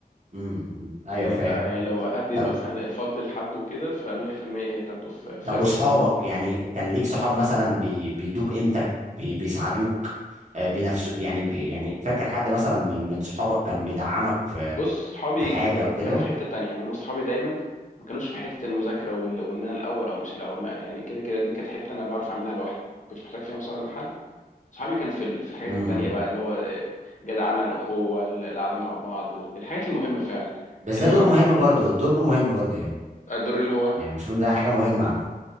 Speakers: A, on the right; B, on the left.
A: امم ايوه
B: يعني
A: فاهم
B: لا يعني لو حد يبقى
A: طب
B: مثلا الفضل لحد وكده ف100% هي تاخده في, في
A: طب
B: اول
A: واصحابك
B: السنين دي
A: يعني كان ليك صحاب مثلا بي- بيدوك قيمتك بي- بيساعدوك آه، بنفسه يعني بي- يعني فاكر حد مثلا من من صحابك كان بيدعمك في
B: بص صحابي
A: في حاجه
B: كانوا
A: او كده
B: كانوا في حتة تانية يعني هم صحابي دايما ما كانوش في حتة المذاكرة وال... وان انا الاول او مش الاول ما يعني كده كده دي كانت حتة انا بعرف اعملها لوحدي ما كنتش محتاج فيها مساعدة من حد صحابي كان في ال... في الحاجات
A: امم
B: التانية بقى اللي هو جدعنة الاخوة القعدة مع بعض الحاجات المهمة فعلا
A: بس
B: انما
A: ده دور مهم برضه دور مهم برضه يعني
B: الدور اللي هو
A: يعني بشوف ان ده حاجه مهمه على فكره